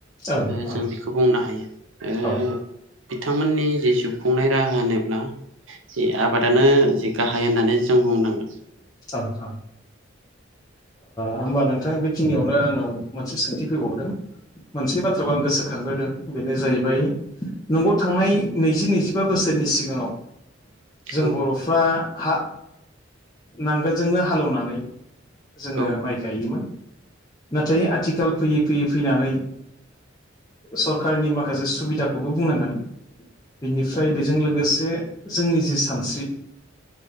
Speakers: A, on the left (about 20°); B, on the right (about 75°).
A: ओं
B: ओ
A: औ
B: जों बेखौ बुंनो हायो ओ
A: औ ओं
B: बिथांमोननि जि जिउ खुंनाय राहा होनोब्ला जि आबादानो जि गाहाय होननानै जों बुंनांगोन।
A: ओं होमबा नोंथां बेखिनियावनो आंनाव मोनसे सोंथि फैबावदों मोनसे बाथ्राखौ आं गोसोखांग्रोदों बे बेनो जाहैबाय नंगौ थांनाय नैजि-नैजिबा बोसोरनि सिगाङाव। जों
B: औ
A: बर'फ्रा हा नांगोलजोंनो हालेवनानै। जोंङो
B: औ
A: माइ गायोमोन। नाथाय आथिखाल फैयै-फैयै फैनानै। सरखारनि माखासे सुबिदाखौबो बुंनांगोन। बेनिफ्राय बेजों लोगोसे जोंनि जि सानस्रि।